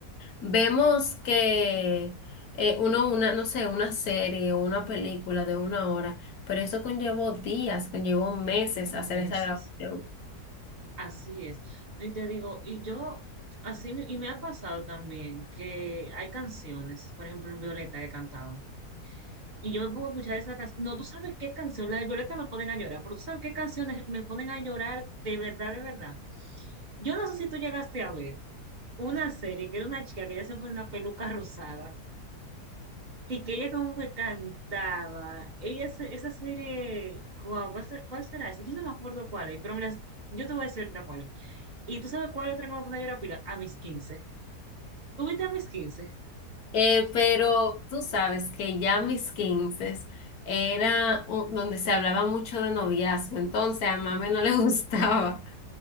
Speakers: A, on the left; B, on the right.
A: Vemos que eh, uno, una, no sé, una serie o una película de una hora, pero eso conllevó días, conllevó meses hacer
B: Meses.
A: esa grabación.
B: Así es. No, Y te digo, y yo, así, me- y me ha pasado también que hay canciones, por ejemplo, en Violeta que cantaban. Y yo me pongo a escuchar esa canción. No, tú sabes qué canción, la de Violeta me ponen a llorar, pero tú sabes qué canciones me ponen a llorar de verdad, de verdad. Yo no sé si tú llegaste a ver una serie que era una chica que ella se ponía una peluca rosada y que ella como que cantaba. Ella, se- esa serie, wow, ¿cuál, se- cuál será esa? Yo no me acuerdo cuál es, pero mira, yo te voy a decir ahorita cuál es. ¿Y tú sabes cuál es otra que me pone a llorar pila? A mis 15. ¿Tuviste a mis quince
A: Eh, pero tú sabes que ya mis 15 era un- donde se hablaba mucho de noviazgo, entonces a mami no le <laughs> gustaba.